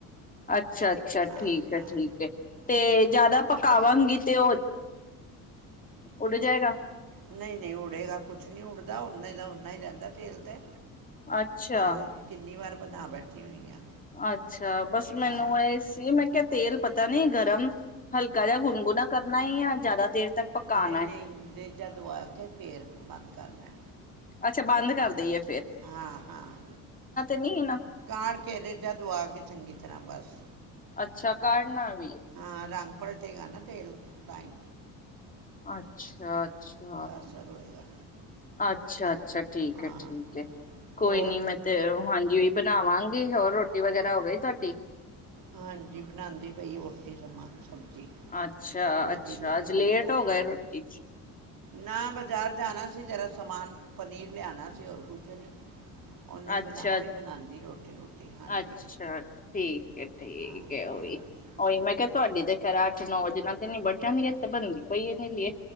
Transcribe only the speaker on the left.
ਅੱਛਾ ਅੱਛਾ
ਠੀਕ
ਹੈ ਠੀਕ ਹੈ ਤੇ ਜਿਆਦਾ ਪਕਾਵਾਂਗੀ ਤੇ ਉਹ ਉਡ ਜਾਏਗਾ।
ਅੱਛਾ
ਅੱਛਾ, ਬਸ ਮੈਨੂੰ
ਇਹ ਸੀ ਮੈਂ ਕ ਤੇਲ ਪਤਾ ਨੀ ਗਰਮ ਹਲਕਾ ਜ ਗੁਣਗੁਣਾ ਕਰਨਾ ਹੀ ਆ ਜ਼ਿਆਦਾ ਦੇਰ ਤੱਕ ਪਕਾਣਾ
ਹੈ
ਅੱਛਾ ਬੰਦ ਕਰ ਦੇਈ ਏ।
ਨਹੀਂ ਨਾ
ਅੱਛਾ ਕਾਰਡਣ ਨਾਲ
ਅੱਛਾ, ਅੱਛਾ,
ਅੱਛਾ, ਅੱਛਾ, ਠੀਕ
ਹੈ, ਠੀਕ ਹੈ, ਕੋਈ
ਨੀ ਮੈਂ ਤੇ ਹਾਂਜੀ ਬਣਾਵਾਂ ਗੀ। ਹੋਰ ਰੋਟੀ ਵਗੈਰਾ ਹੋ ਗਈ ਤੁਹਾਡੀ
ਅੱਛਾ
ਅੱਛਾ
ਅੱਜ ਲੇਟ
ਹੋ ਗਏ ਰੋਟੀ
ਚ
ਅੱਛਾ
ਅੱਛਾ ਠੀਕ ਠੀਕ
ਹੈ, ਓਹੀ,
ਉਹੀ
ਮੈਂ ਕਿਹਾ
ਤੁਹਾਡੀ ਤੇ ਖੈਰਾ ਅੱਠ- ਨੌ ਵਜੇ <unintelligible>